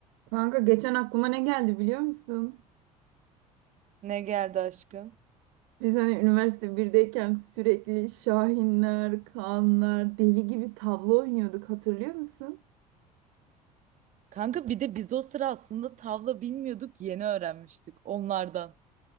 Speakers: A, on the right; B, on the right.
A: Kanka geçen aklıma ne geldi biliyor musun?
B: Ne geldi aşkım?
A: Biz hani üniversite birdeyken sürekli Şahinler, Kaanlar, deli gibi tavla oynuyorduk hatırlıyor musun?
B: Kanka bir de biz o sıra aslında tavla bilmiyorduk, yeni öğrenmiştik onlardan.